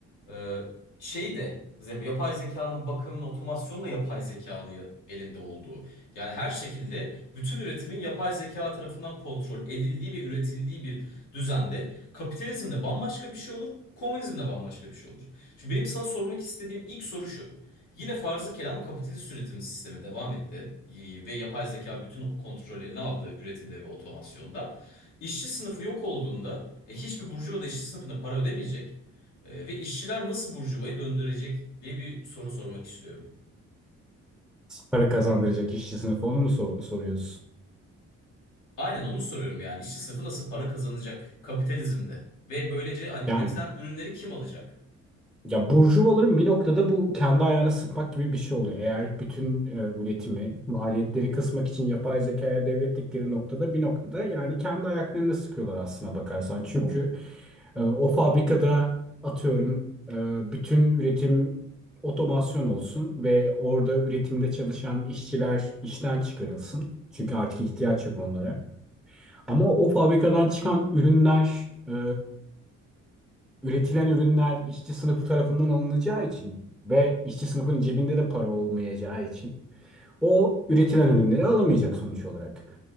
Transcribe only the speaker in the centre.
Para kazandıracak işçi sınıfı onu mu sor- soruyorsun?
Yani
Ya burjuvaların bir noktada bu kendi ayağına sıkmak gibi bir şey oluyor. Eğer bütün e, üretimi, maliyetleri kısmak için yapay zekaya devrettikleri noktada bir noktada yani kendi ayaklarını sıkıyorlar aslına bakarsan. Çünkü e, o fabrikada atıyorum e, bütün üretim otomasyon olsun ve orada üretimde çalışan işçiler işten çıkarılsın. Çünkü artık ihtiyaç yok onlara. Ama o fabrikadan çıkan ürünler e, üretilen ürünler işçi sınıfı tarafından alınacağı için ve işçi sınıfının cebinde de para olmayacağı için o üretilen ürünleri alamayacak sonuç olarak.